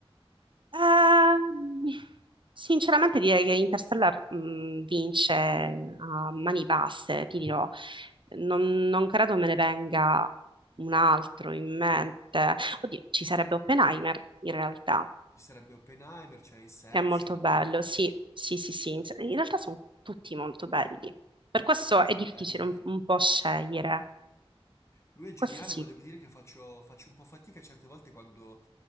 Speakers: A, on the right; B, on the left.
A: Ehm, sinceramente direi che Interstellar mh, vince a mani basse, ti dirò. Non, non credo me ne venga un altro in mente. Oddio, ci sarebbe Oppenheimer in realtà,
B: Ci sarebbe Oppenheimer, c'è Inception,
A: che è molto bello.
B: eh,
A: Sì, sì, sì, sì. In in realtà sono tutti molto belli. Per questo è difficile
B: beh, lui
A: un, un po' scegliere.
B: Lui è geniale,
A: Questo
B: ma devo dire che faccio, faccio un po' fatica certe volte quando